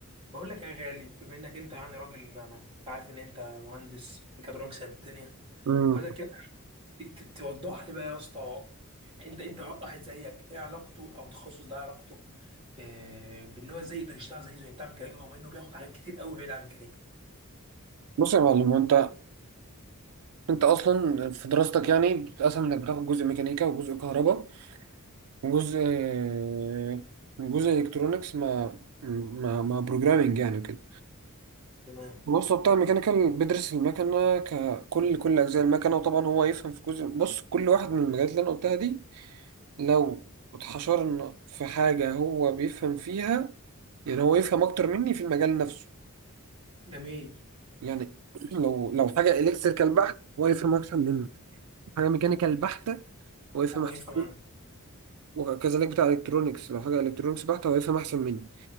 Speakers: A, on the right (about 25°); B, on the right (about 85°).
A: بقول لك يا غالي بما انك انت يعني راجل انا كنت عارف ان انت مهندس ميكاترونكس قد الدنيا
B: مم.
A: عاوزك كده ت- ت- توضح لي بقى يا اسطى انت انت واحد زيك ايه علاقته او تخصص ده علاقته ب- بان هو ازاي يقدر يشتغل زي زي بتاع ميكانيكا رغم انه بياخد حاجات كتير قوي بعيد عن الميكانيكا
B: بص يا معلم هو انت انت اصلا في دراستك يعني بتتقسم انك بتاخد جزء ميكانيكا وجزء كهرباء وجزء آه، جزء الكترونكس مع مع مع بروجرامنج يعني وكده
A: تمام
B: بص هو بتاع الميكانيكال بيدرس المكنه ككل كل اجزاء المكنه وطبعا هو يفهم في جزء بص كل واحد من المجالات اللي انا قلتها دي لو اتحشرنا في حاجه هو بيفهم فيها يعني هو يفهم اكتر مني في المجال نفسه
A: جميل
B: يعني <clears throat> لو لو حاجه الكتريكال بحت هو يفهم اكتر مني حاجة ميكانيكال بحتة هو يفهم
A: هو
B: أحسن
A: يفهم
B: مني
A: عنها
B: وكذلك بتاع الكترونكس لو حاجة الكترونكس بحتة هو يفهم أحسن مني